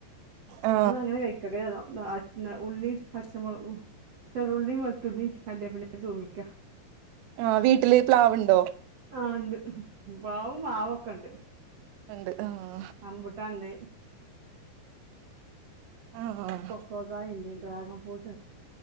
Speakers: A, on the right; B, on the right.
A: ആ
B: നമ്മള് അങ്ങനെ കയ്ക്. <unintelligible> ഉള്ളി പച്ചമോള്കും. ചെറുള്ളീം വെൾത്തുള്ളീം കാര്യേപ്പ്ന്റെലിം തൂമിക്കാ.
A: ആഹ് വീട്ടില് പ്ലാവ്ണ്ടോ?
B: ആഹ് ഇണ്ട് പ്ലാവും മാവൊക്കെ ഇണ്ട്.
A: ഇണ്ട് ആഹ്.
B: അമ്പുട്ടാണ്ട്.
A: ആഹാ <unintelligible>
B: കൊഗായിണ്ട് ഡ്രാഗൻ ഫു. <unintelligible>